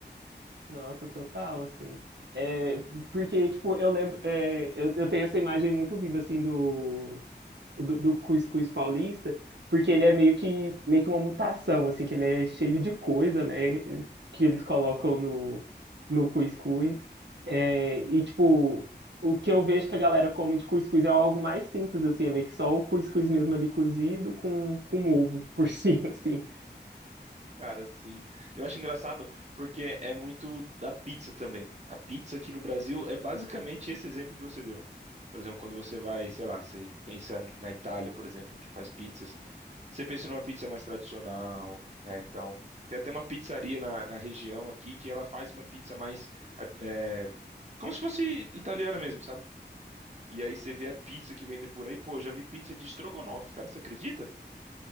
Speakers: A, on the right; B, on the right.
A: Nossa, total, assim. É, porque, tipo, eu lembro, é, eu, eu tenho essa imagem muito viva, assim, do, do, do cuscuz paulista, porque ele é meio que, meio que uma mutação, assim, que ele é cheio de coisa, né, que eles colocam no, no cuscuz. É, e, tipo, o que eu vejo que a galera come de cuscuz é algo mais simples, assim, é meio que só o cuscuz mesmo ali cozido com, com ovo por <laughs> cima, assim.
B: Cara, sim. Eu acho engraçado porque é muito da pizza também. A pizza aqui no Brasil é basicamente esse exemplo que você deu. Por exemplo, quando você vai, sei lá, você pensa na Itália, por exemplo, que faz pizzas, você pensa numa pizza mais tradicional, né? Então, tem até uma pizzaria na, na região aqui que ela faz uma pizza mais, ar- é, como se fosse italiana mesmo, sabe? E aí você vê a pizza que vendem por aí, pô, já vi pizza de estrogonofe, cara, você acredita?